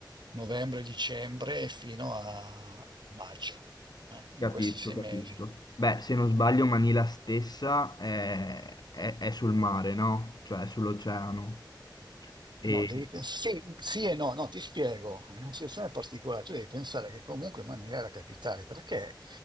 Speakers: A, on the right (about 70°); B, on the left (about 60°).
A: novembre, dicembre fino a maggio, eh, in
B: Capisco,
A: questi sei
B: capisco.
A: mesi.
B: Beh, se non sbaglio, Manila stessa è, è- è sul mare, no? Cioè, è sull'oceano. E...
A: No, devi pensare, sì, sì e no, no, ti spiego, è una situazione particolare, tu devi pensare che comunque Manila è la capitale, perché